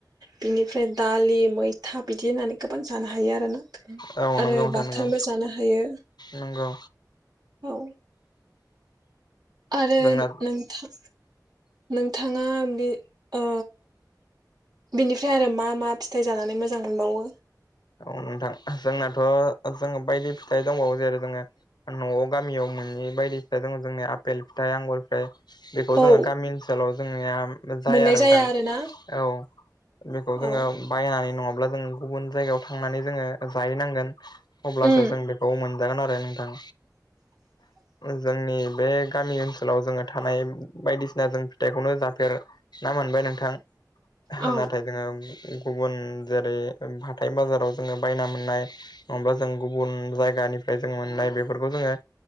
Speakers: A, on the right; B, on the left.
A: बिनिफ्राय दालि मैथा बिदि होननानै गोबां जानो हायो आरोना।
B: औ नंगौ
A: आरो
B: नोंथां
A: बाथोनबो
B: नंगौ
A: जानो हायो
B: नंगौ
A: औ। आरो
B: जोंना
A: नोंथा नोंथाङा बे ओ बिनिफ्राय आरो मा मा फिथाइ जानानै मोजां मोनबावो।
B: औ नोंथां जोंनाथ' जोङो बायदि फिथाइ दंबावो जेरै जोङो न'आव गामियाव मोनि बायदि फिथाइ दङ जोंनि आफपेल फिथाइ आंगुरनिफ्राय बेखौ जोङो
A: औ
B: गामि ओनसोलाव जोंनिया जाया
A: मोननाय
B: आरो नथां।
A: आरोना
B: औ बेखौ जोङो
A: औ
B: बायनानै नङाब्ला जोङो गुबुन जायगायाव थांनानै जोङो जाहैनांगोन अब्लासो
A: उम
B: जों बेखौ मोन जागोन आरो नथां।
A: <inaudible>
B: जोंनि बे गामि ओनसोलाव जोङो थानाय बायदिसिना जों फिथाइखौनो जाफेर ना मोनबाय नोंथां
A: औ
B: नाथाय जोङो गुबुन जेरै थाय बाजाराव जोङो बायना मोननाय नङाबा जों गुबुन जायगानिफ्राय जों मोननाय बेफोरखौ जोङो